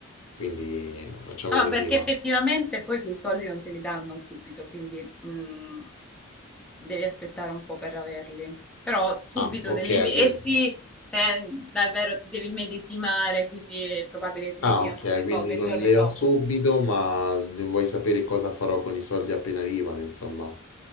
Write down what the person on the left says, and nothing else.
quindi facciamo
così,
va.
Ah, ok,
quindi,
ah,
ok,
quindi
non
le
ho subito, ma vuoi sapere cosa farò con i soldi appena arrivano, insomma.